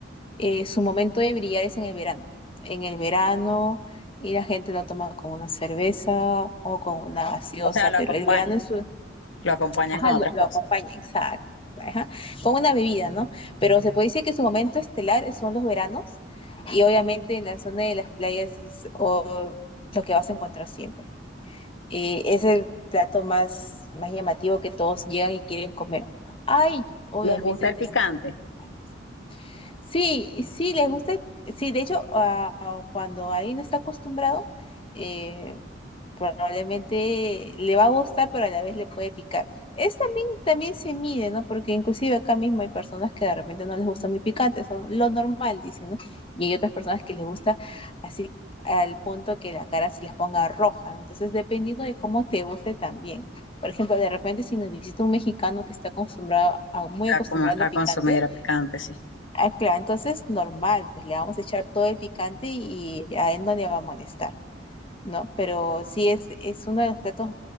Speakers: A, on the left; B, on the left.
A: eh, su momento de brillar es en el verano. En el verano, y la gente lo toma con una cerveza o con una gaseosa,
B: O sea, lo
A: pero
B: acompañan,
A: el verano es su,
B: lo acompañan
A: ajá,
B: con otras
A: lo, lo
B: cosas.
A: acompaña, exacto, ajá, con una bebida, ¿no? Pero se puede decir que su momento estelar son los veranos, y obviamente en la zona de las playas es o- lo que vas a encontrar siempre. Eh, es el plato más, más llamativo que todos llegan y quieren comer. Ay, obviamente
B: ¿Les gusta el
A: tenemos
B: picante? <gasps>
A: platos. Sí, sí, les gusta. Sí, de hecho, ah, cuando alguien no está acostumbrado, eh, probablemente le va a gustar, pero a la vez le puede picar. Es también, también se mide, ¿no? Porque inclusive acá mismo hay personas que de repente no les gusta muy picante, son lo normal, dicen, ¿no? Y hay otras personas que les gusta así al punto que la cara se les ponga roja. ¿no? Entonces, dependiendo de cómo te guste también. Por ejemplo, de repente si nos visita un mexicano que está acostumbrado a, muy acostumbrado
B: Mm. A, coma-
A: a
B: a
A: lo picante,
B: consumir a picante, sí.
A: Ah, claro, entonces normal, pues le vamos a echar todo el picante y a él no le va a molestar, ¿no? Pero sí es, es uno de los platos